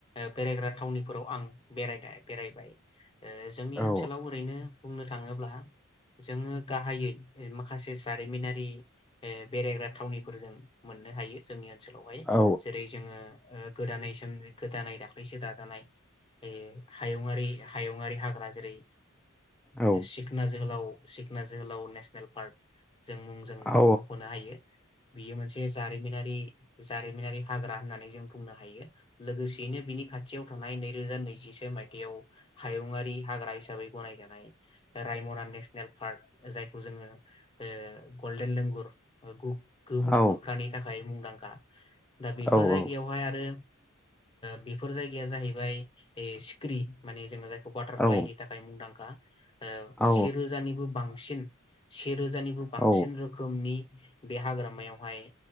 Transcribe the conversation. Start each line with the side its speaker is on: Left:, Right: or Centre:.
Left: बेरायग्रा थावनिफोराव आं बेराय बेरायबाय जोंनि
Centre: औ
Left: ओनसोलाव ओरैनो बुंनो थाङोब्ला जोङो गाहायै मा माखासे जारिमिनारि बेरायग्रा थावनिफोर जों मोननो हायो जोंनिया ओनसोलावहाय
Centre: औ
Left: जेरै जोङो गोदानै गोदानै दाख्लैसो दाजानाय ए हायुङारि हायुङारि हाग्रा जेरै
Centre: औ
Left: सिखना जोहोलाव सिखना जोहोलाव औ नेसनेल जों मुंजों
Centre: औ
Left: मख'नो हायो। बियो मोनसे जारिमिनारि जारिमिनारि हाग्रा होननानै जों बुंनो हायो लोगोसेयैनो बिनि खाथियाव थानाय नै नै रोजा नैजिसे मायथाइयाव हायुंङारि हाग्रा हिसाबै गनायजानाय रायमना नेसनेल पार्क जायखौ जोङो ओ गल्डेन लेंगुर गोमो
Centre: औ
Left: मोख्रानि थाखाय मुं लांखा। दा बेफोर
Centre: औ
Left: जायगायावहाय आरो बेफोर जायगाया जाहैबाय सिख्रि माने जोङो जायखौ बाटारफ्लाइनि
Centre: औ
Left: थाखाय मुंदांखा। ओ
Centre: औ
Left: से रोजानिबो बांसिन सिन सेे रोजानिबो बांसिन
Centre: औ
Left: रोखोमनि बे हाग्रामायावहाय